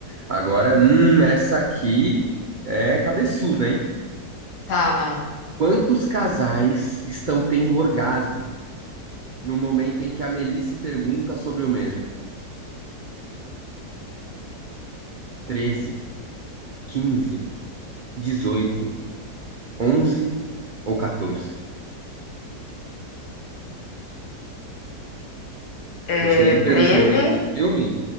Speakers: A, on the right (about 50°); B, on the left (about 70°).
A: Agora, hum, essa aqui é cabeçuda, hein?
B: Tá.
A: Quantos casais estão tendo orgasmo no momento em que a Melissa pergunta sobre o mesmo? 13, 15, 18, 11 ou 14?
B: É
A: Você lembra
B: Treze.
A: desse momento do filme?